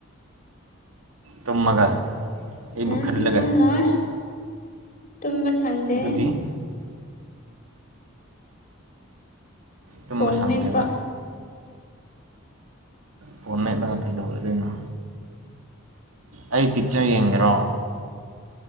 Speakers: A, on the right (about 80°); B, on the left (about 40°).
A: ꯇꯨꯝꯃꯒ ꯑꯩꯕꯨ
B: ꯎꯝ
A: ꯈꯜꯂꯒ
B: ꯇꯨꯝꯃꯣꯏ ꯇꯝꯕ ꯁꯪꯗꯦ
A: ꯑꯗꯨꯗꯤ ꯇꯨꯝꯕ
B: ꯐꯣꯟ
A: ꯁꯪꯗꯦꯕ
B: ꯃꯦꯠꯄ
A: ꯐꯣꯝ ꯃꯦꯠꯂꯒ ꯀꯩꯗꯧꯔꯗꯣꯏꯅꯣ ꯑꯩ ꯄꯤꯛꯆꯔ ꯌꯦꯡꯒꯦꯔꯣ